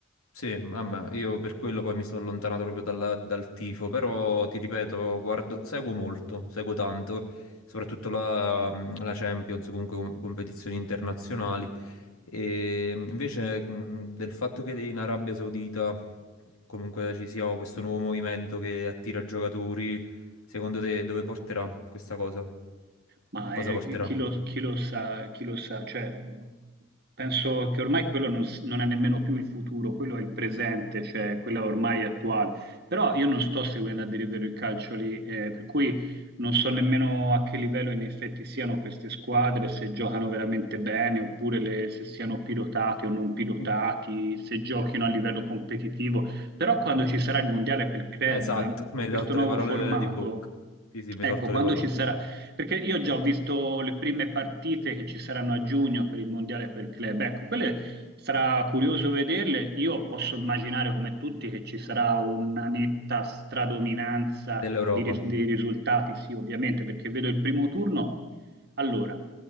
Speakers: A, on the left (about 80°); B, on the right (about 45°).
A: Sì, vabbè, io per quello poi mi sono allontanato proprio dalla- dal tifo, però ti ripeto, guardo, seguo molto, seguo tanto, soprattutto la, la Champions, comunque com- competizioni internazionali. E invece mh, del fatto che in Arabia Saudita comunque ci sia questo nuovo movimento che attira giocatori, secondo te dove porterà questa cosa?
B: Ma
A: A cosa
B: eh,
A: porterà?
B: chi chi lo, chi lo sa, chi lo sa, cioè, penso che ormai quello non, s- non è nemmeno più il futuro, quello è il presente, cioè quello ormai è attuale. Però io non sto seguendo a dire il vero il calcio lì, eh, per cui non so nemmeno a che livello in effetti siano queste squadre, se giocano veramente bene, oppure le- se siano pilotati o non pilotati,
A: Mm,
B: se giochino a livello competitivo. Però quando ci sarà il mondiale per il club,
A: Esatto, mi hai
B: questo
A: tolto
B: nuovo
A: le parole
B: formato,
A: di bocca. Sì, sì, mi hai
B: ecco,
A: tolto
B: quando
A: le parole.
B: ci sarà perché io già ho visto le prime partite che ci saranno a giugno per il mondiale per club, ecco, quelle sarà curioso vederle, io posso immaginare come tutti che ci sarà una netta stradominanza
A: Dell'Europa.
B: di ris- dei risultati, sì ovviamente, perché vedo il primo turno, allora,